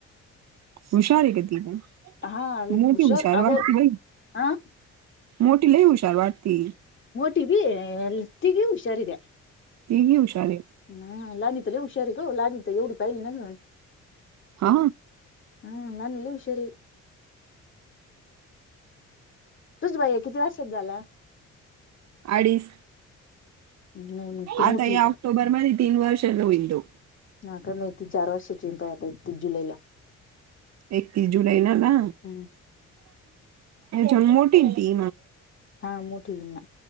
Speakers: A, on the right; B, on the left.
A: हुशारी कधी पण
B: हा
A: मोठी हुशार
B: अगो
A: वाट गई.
B: अ
A: मोट लई ह शारवार त.
B: टी बी ल ती ग हुषार द.
A: तेघ हुशार.
B: हम लाणी त ल हुशारी का लाणी तर एवढी पाहिली ना
A: हा
B: हा न नली उषरी तुझ भाई किती वर्षात झाला
A: अडीच
B: नाही मग ती
A: आता
B: मोठी
A: या
B: आहे
A: ऑक्टोबर
B: का
A: म तीन वार लू होल
B: हा का मा त चार वर्षचीिंत आता एकती जुलैला.
A: एकतीस जुलै ना ना
B: हम्म
A: जन मोठी ती.
B: हा मोठीक ना.